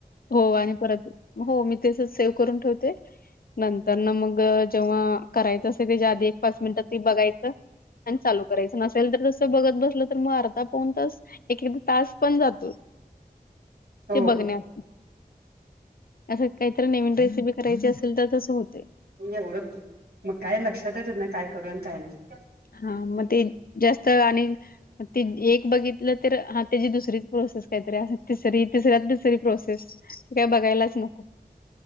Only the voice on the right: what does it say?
हो
एवढं मग काय लक्षात येत म काय करू आणि काय नाही